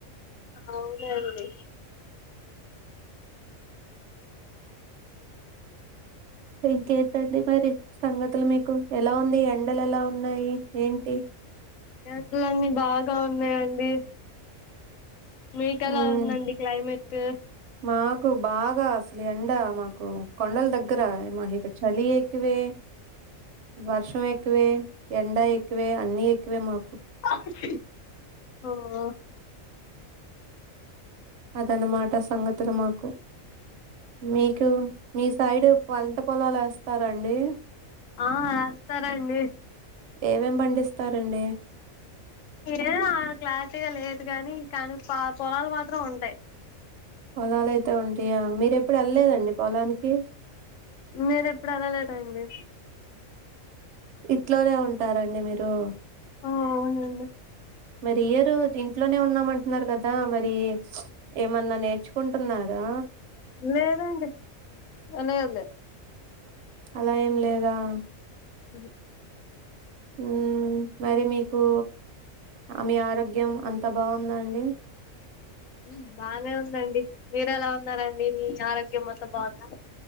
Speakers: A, on the left; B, on the right.
A: అవునండి <inaudible>
B: ఇంకేంతండి మరి సంగతులు మీకు ఎలా ఉంది ఎండలు ఎలా ఉన్నాయి ఏంటి
A: ఎండలన్నీ బాగా ఉన్నాయండి మీకు ఎలా
B: ఉమ్
A: ఉందండి క్లైమేట్ ట్
B: మాకు బాగా అసలు ఎండ మాకు కొండల దగ్గ రా మాహఇ చలి క్వే వర్షం ఎక్కువే ఎండా ఎక్ క్కువే అన్ని ఎక్కువే మా
A: <inaudible> ఆ
B: అదన్నమాట సంగతులు మాకు మీకు మీ సైడు పంట పొలాలు వేస్తారండి
A: ఆ ఎస్తారండి
B: ఏమేం పండిస్తారండి
A: ఏమో క్లారిటీగా లేదు గాని కానీ ప పొలాలు మాత్రం ఉంటాయి
B: పొలాలు అయితే ఉంటాయా మీర ఎప్పుడు వెల్లలేదండి పొలానికి
A: నేను ఎప్పుడు ఎల్లలేదండి
B: ఇట్లోనే ఉంటారండి మీరు
A: ఆ అవునండి
B: మరి ఇయర్ ఇంట్లోనే ఉన్నామ అంటున్నారు కదా మరి ఏమన్నా నే తెచ్చుకుంటున్నారా
A: లేదండి లేదులేదు
B: అలా ఏం లేదా ఆ
A: ఉహుమ్
B: ఉమ్ మరి మీకు మీ ఆరోగ్యం అంత బాగుందా అండి
A: ఉమ్ బాగానే ఉందండి మీరు ఎలా ఉన్నారండి మీ ఆరోగ్యం మొత్తం బాగుందా